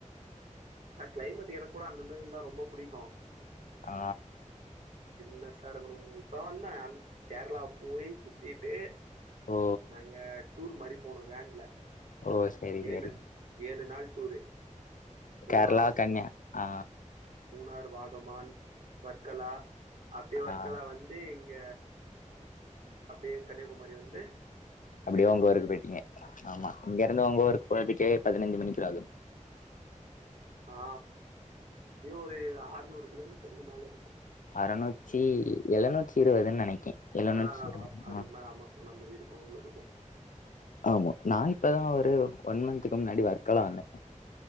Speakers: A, on the right (about 65°); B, on the left (about 85°).
A: ஆ கிளைமேட் எனக்கு கூட அந்த மாரி இருந்தா ரொம்ப புடிக்கு
B: ஆ
A: சில்னஸ்ஸா இருக்கணு இப்ப வந்த அ கேரளா போய் சுத்திட்டு
B: ஓ
A: நாங்க டூர் மாரி போனோ வேன்ல
B: ஓ செரி செரி
A: ஏழு ஏழு நாள் டூரு மூணார்
B: கேரளா, கன்யா ஆ
A: மூணார், வாகமான், வர்கலா அப்டியே வர்கலா
B: ஆ
A: வந் அப்டியே இங்க அப்டியே கன்யாகுமரி வந்து
B: அப்டியே
A: வீட்டுக்கு
B: உங்க
A: வந்தோ
B: ஊருக்கு போயிட்டீங்க ஆமா இங்க இருந்து உங்க ஊருக்கு போயிக்கிட்டே பதினெஞ்சு மணிக்கு ஆகு
A: ஆ எப்டியு ஒரு ஆர்நூறு கிலோமீட்டருக்கு மேல இருக்கு
B: அறநூற்றி எழுநூற்றி இருவதுன்னு நெனைக்கே எழுநூற்றி
A: அதா அதா
B: இருவது
A: அதுக்கு
B: ஆ
A: மேல அம்மா சொன்ன மாரி இருக்கு உள்ள இருக்கு
B: ஆமா நான் இப்பதா ஒரு ஒன் மந்த்துக்கு முன்னாடி வர்க்கலா வந்தே